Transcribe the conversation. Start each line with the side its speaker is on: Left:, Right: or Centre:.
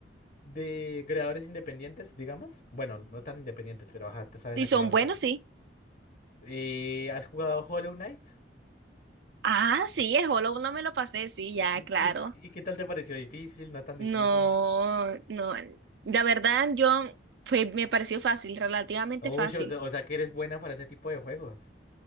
Left: de creadores independientes, digamos? Bueno, no tan independientes, pero ajá, tú sabes
Right: Y
Left: a
Right: son
Left: qué me refiero.
Right: buenos, sí.
Left: Eh, ¿has jugado Hollow Knight?
Right: Ah, sí, el Hollow no me lo pasé, sí, ya,
Left: ¿Y
Right: claro.
Left: qué, y qué tal te pareció? ¿Difícil? ¿No tan difícil?
Right: No, no. La verdad, yo fue, me pareció fácil, relativamente
Left: Uy,
Right: fácil.
Left: o sea, o sea que eres buena para ese tipo de juegos.